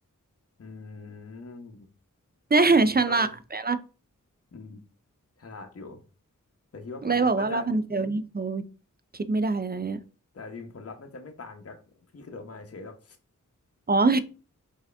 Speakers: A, on the left; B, on the right.
A: อืม
B: เนี่ยฉลาดไหมล่ะ
A: ถ้าผมนี่ต้องอืมฉลาดอยู่แต่คิดว่าผลลัพธ์น่าจะ
B: เลยบอกว่าลาพันเซลนี่เขาคิดไม่ได้เลยนะเนี่ย
A: แต่จริงผลลัพธ์น่าจะไม่ต่างจากพี่กระโดดมาเฉยหรอก
B: อ๋อ <laughs>